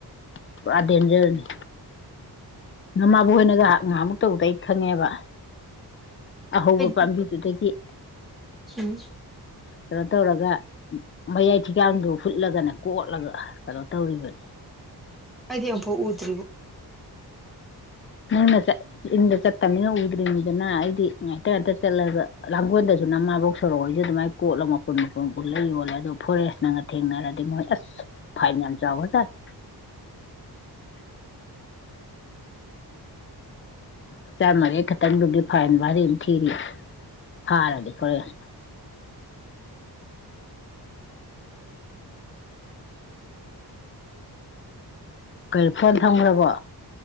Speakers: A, on the left; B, in the centre.
A: ꯄꯨꯔꯥ ꯗꯦꯟꯖꯔꯅꯤ꯫ ꯅꯃꯥꯕꯣꯛꯍꯣꯏꯅꯒ ꯉꯍꯥꯟꯃꯨꯛ ꯇꯧꯗꯩ ꯈꯪꯉꯦꯕ ꯑꯍꯧꯕ
B: ꯑꯩꯗꯤ
A: ꯄꯥꯝꯕꯤ ꯑꯗꯨꯗꯒꯤ
B: ꯎꯝ
A: ꯀꯩꯅꯣ ꯇꯧꯔꯒ ꯃꯌꯥꯏ ꯊꯤꯒꯥꯡꯗꯣ ꯐꯨꯠꯂꯒꯅ ꯀꯣꯠꯂꯒ ꯀꯩꯅꯣ ꯇꯧꯔꯤꯕꯅꯤ
B: ꯑꯩꯗ ꯑꯃꯨꯛꯐꯥꯎ ꯎꯗꯔꯤꯕꯣ
A: ꯅꯪꯅ ꯆꯠ ꯌꯨꯝꯗ ꯆꯠꯇꯝꯅꯤꯅ ꯎꯗ꯭ꯔꯤꯝꯅꯤꯗꯅ ꯑꯩꯗꯤ ꯉꯥꯏꯇ ꯉꯥꯏꯇ ꯆꯠꯂꯒ ꯂꯥꯡꯒꯣꯜꯗꯁꯨ ꯅꯃꯥꯕꯣꯛ ꯁꯣꯔꯣꯍꯣꯏꯁꯨ ꯑꯗꯨꯃꯥꯏꯅ ꯀꯣꯠꯂꯒ ꯃꯄꯨꯟ ꯃꯄꯨꯟ ꯄꯨꯜꯂ ꯌꯣꯜꯂꯦ ꯑꯗꯣ ꯐꯣꯔꯦꯁꯅꯒ ꯊꯦꯡꯅꯔꯗꯤ ꯃꯣꯏ ꯑꯁ ꯐꯥꯏꯟ ꯌꯥꯝ ꯆꯥꯎꯒꯔ꯭ꯖꯥꯠꯅꯤ꯫ ꯎꯆꯥꯟ ꯃꯔꯤ ꯈꯛꯇꯪꯗꯨꯒꯤ ꯐꯥꯏꯟ ꯚꯥꯔꯤ ꯑꯝ ꯊꯤꯔꯤ ꯐꯥꯔꯗꯤ ꯐꯣꯔꯦꯁꯅ꯫ ꯀꯔꯤ ꯐꯣꯟ ꯊꯝꯒ꯭ꯔꯕꯣ